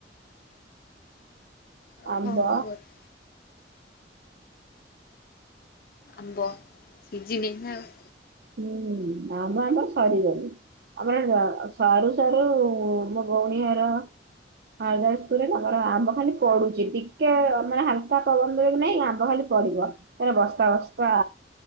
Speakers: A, on the left; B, on the right.
A: ଆଉ
B: ଆମ୍ବ
A: କଣ ଖବର? ଆମ୍ବ ସିଜିିନେନା <unintelligible>
B: ହୁଁ, ଆମ୍ୱ ଆମର ସରିଗଲାଣି। ଆମର ନୂଆ ସରୁ ସରୁ ମୋ ଭଉଣୀ ଘର ହରିଦାସପୁରରେ ତାଙ୍କର ଆମ୍ବ ଖାଲି ପଡୁଛି, ଟିକେ ମାନେ ହାଲକା ପବନ ଦେବ କିନାଇଁ ଆମ୍ବ ଖାଲି ପଡିବ। ଇଆଡ଼େ ବସ୍ତା ବସ୍ତା